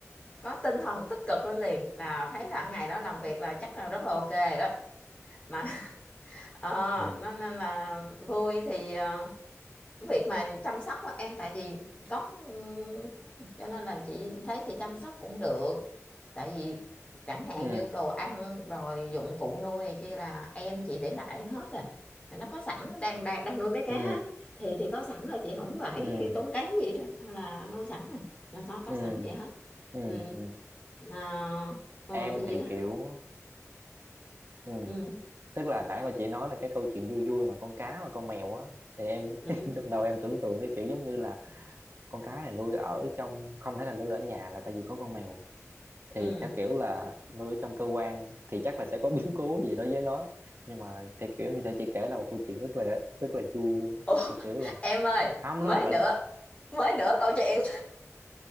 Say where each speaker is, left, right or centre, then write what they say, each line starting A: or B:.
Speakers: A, on the left (about 25°); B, on the right (about 45°).
A: có tinh thần tích cực lên liền là thấy là ngày đó làm việc là chắc là rất là ok rồi đó mà <laughs> ờ,
B: Ừ.
A: nó nên là vui thì ờ, việc mà chăm sóc á, em tại vì có ừm, cho nên là chị thấy chị chăm sóc cũng được tại vì chẳng hạn
B: Ừ.
A: như đồ ăn rồi dụng cụ nuôi này kia là em chị để lại hết rồi Mà nó có sẵn đang đang đang nuôi bé cá
B: Ừ.
A: á, thì thì có sẵn là chị không phải
B: Ừ.
A: tốn kém gì đó là nuôi sẵn rồi là có có
B: Ừ.
A: sẵn vậy hết
B: Ừ.
A: ừ.
B: Ừ.
A: mà ừ,
B: Em
A: thì
B: thì
A: vậy đó
B: kiểu ừ.
A: ừ.
B: Tức là nãy mà chị nói là cái câu chuyện vui vui mà con cá và con mèo á thì em
A: Ừ.
B: <laughs> trong đầu em tưởng tượng tới kiểu giống như là con cá này nuôi ở trong không thể nào nuôi ở nhà là tại vì có con mèo
A: Ừ.
B: thì theo kiểu là nuôi ở trong cơ quan thì chắc là sẽ có <laughs> biến cố gì đó với nó nhưng mà theo kiểu như thế chị kể là một câu chuyện rất là rất là vui luôn
A: Ủa,
B: á. theo kiểu là
A: em ơi
B: không
A: mới
B: nó là lần
A: nữa mới nữa câu chuyện